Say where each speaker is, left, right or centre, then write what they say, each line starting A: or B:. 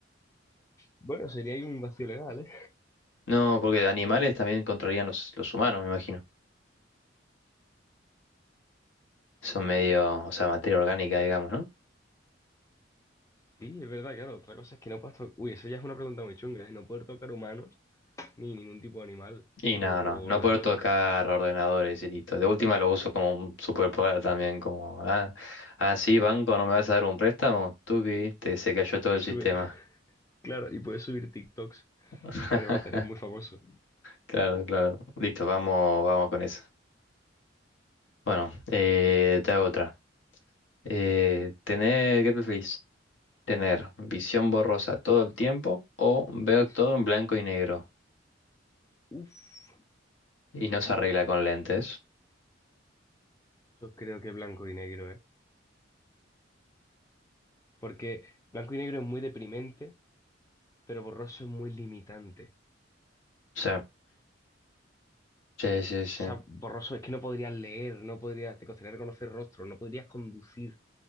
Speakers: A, on the left (about 15°); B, on the left (about 80°).
A: Bueno, sería ahí un vacío legal, ¿eh?
B: No, porque de animales también controlarían los, los humanos, me imagino. Son medio, o sea, materia orgánica, digamos, ¿no?
A: Sí, es verdad, claro. Otra cosa es que no puedes tocar. Uy, eso ya es una pregunta muy chunga, ¿eh? No poder tocar humanos ni ningún tipo de animal
B: Y
A: o,
B: no,
A: o
B: no, no
A: ordenadores.
B: puedo tocar ordenadores y listo. De última lo uso como un superpoder también, como, ah, ah, sí, banco, ¿no me vas a dar un préstamo? Tuki, te se cayó todo el
A: Sube,
B: sistema.
A: <laughs> claro, y puedes subir TikToks.
B: <laughs>
A: Además, estarías muy famoso.
B: Claro, claro. Listo, vamos, vamos con eso. Bueno, eh, te hago otra. Eh,
A: Dale.
B: tener, ¿qué preferís? ¿Tener visión borrosa todo el tiempo o ver
A: Uf,
B: todo en blanco y negro
A: uf.
B: y no se arregla con lentes?
A: Yo creo que blanco y negro, ¿eh? Porque blanco y negro es muy deprimente, pero borroso es muy limitante.
B: Sí, sí, sí, sí.
A: O sea, borroso es que no podrías leer, no podrías, te costaría reconocer rostros, no podrías conducir,